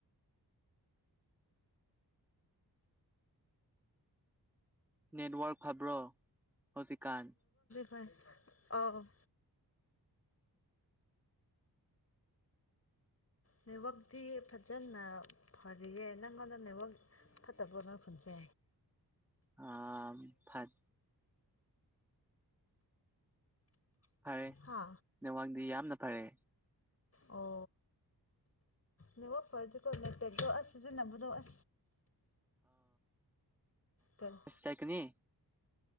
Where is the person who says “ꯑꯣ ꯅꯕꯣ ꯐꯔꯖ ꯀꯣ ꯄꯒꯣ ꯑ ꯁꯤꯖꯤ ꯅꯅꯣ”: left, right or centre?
Left